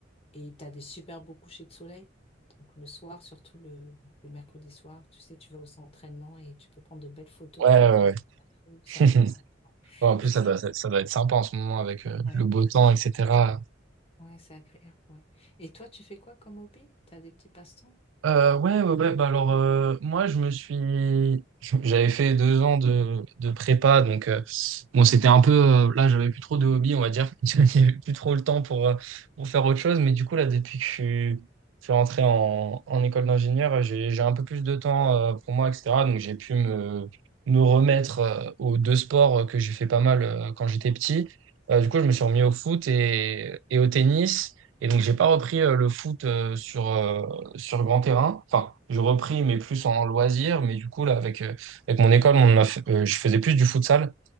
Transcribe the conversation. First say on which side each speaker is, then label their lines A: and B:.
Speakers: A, on the left; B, on the right.
A: Et tu as des super beaux couchers de soleil. Donc le soir, surtout le, le mercredi soir, tu sais, tu vas au centre et tu peux prendre de belles photos
B: Ouais, ouais,
A: pendant que tu es sur la roue. C'est
B: ouais.
A: agréable.
B: <laughs> Bon, en plus,
A: Et
B: ça
A: toi,
B: doit,
A: t-
B: ça doit être sympa en ce moment avec euh,
A: ouais,
B: le
A: non,
B: beau temps,
A: c'est
B: etc.
A: ouais, c'est agréable. ouais. Et toi, tu fais quoi comme hobby? Tu as des petits passe-temps?
B: Euh, ouais, ouais, ouais. Bah alors, euh, moi, je me suis. J'avais fait deux ans de, de prépa, donc euh, bon, c'était un peu. euh, là, j'avais plus trop de hobby, on va dire. <laughs> Il n'y avait plus trop le temps pour, euh, pour faire autre chose. Mais du coup, là, depuis que je suis, je suis rentré en, en école d'ingénieur, euh, j'ai, j'ai un peu plus de temps euh, pour moi, etc. Donc, j'ai pu me, me remettre euh, aux deux sports euh, que j'ai fait pas mal euh, quand j'étais petit. Euh, du coup, je me suis remis au foot et, et au tennis. Et donc, j'ai pas repris euh, le foot euh, sur. euh, sur grand terrain. Enfin, je repris, mais plus en loisir. Mais du coup, là, avec, euh, avec mon école, on a fait- euh, je faisais plus du futsal.